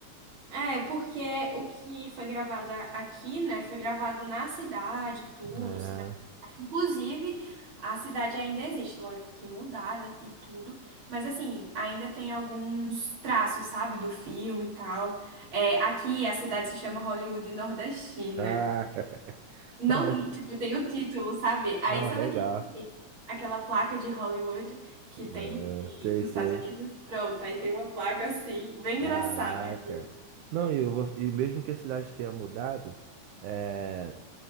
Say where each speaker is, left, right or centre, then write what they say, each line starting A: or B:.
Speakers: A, on the right; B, on the right.
A: É, porque o que foi gravado a- aqui, né, foi gravado na cidade, tudo,
B: É.
A: cinematográfico. Inclusive, a cidade ainda existe, lógico que mudada e tudo, mas assim, ainda tem alguns traços, sabe, do filme e tal. É, aqui a cidade se chama Hollywood Nordestina.
B: Ah, <laughs>
A: Não,
B: não, mas.
A: tipo, tem o título, sabe? Aí
B: Não,
A: sabe
B: legal.
A: aquele, aquela placa de Hollywood que
B: É,
A: tem em-
B: sei,
A: nos
B: sei.
A: Estados Unidos? Pronto, aí tem uma placa assim, bem
B: Caraca.
A: engraçada aqui.
B: Não, e, eu vou- e mesmo que a cidade tenha mudado, é,